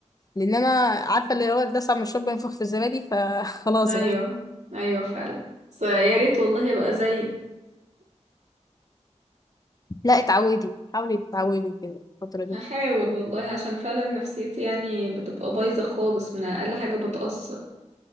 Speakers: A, on the left; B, on the right.
A: لان انا عارفه اللي هو الدسع من الشرب ينفخ في الزبادي فخلاص
B: ايوه
A: <laughs> بقى
B: ايوه فعلا بس يا ريت والله ابقى زيك
A: لا اتعودي حاولي تتعودي كده الفتره دي
B: هحاول والله عشان فعلا نفسيتي يعني بتبقى بايظه خالص من اقل حاجه بتاثر